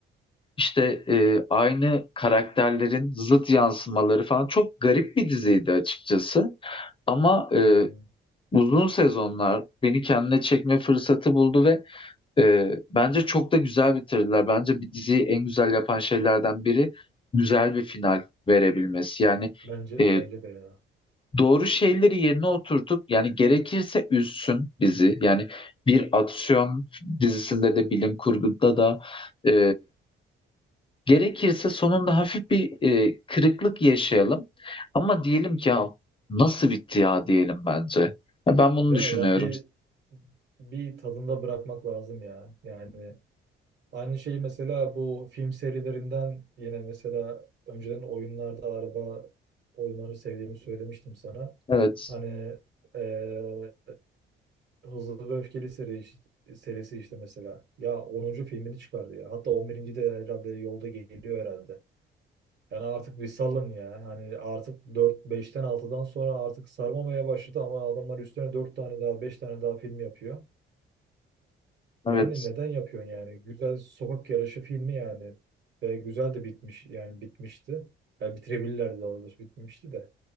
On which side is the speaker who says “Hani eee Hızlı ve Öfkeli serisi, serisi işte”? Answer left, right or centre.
Right